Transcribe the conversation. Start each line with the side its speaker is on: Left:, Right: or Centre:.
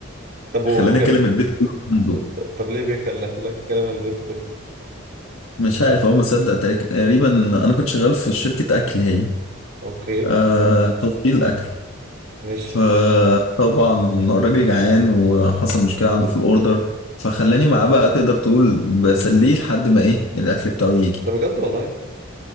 Right: طب وكان
Left: خلاني اكلم البيت كله عنده
Right: طب ليه بيخلي خلاك تكلم البيت كله
Left: مش عارف هو مصدق تقريبا انا كنت شغال في شركه اكل هي
Right: اوكي
Left: آه... توصيل اكل
Right: ماشي
Left: فطبعا الراجل جعان وحصل مشكلة عنده في الأوردر فخلاني معاه بقى تقدر تقول بسليه لحد ما إيه الأكل بتاعه يجي
Right: ده بجد والله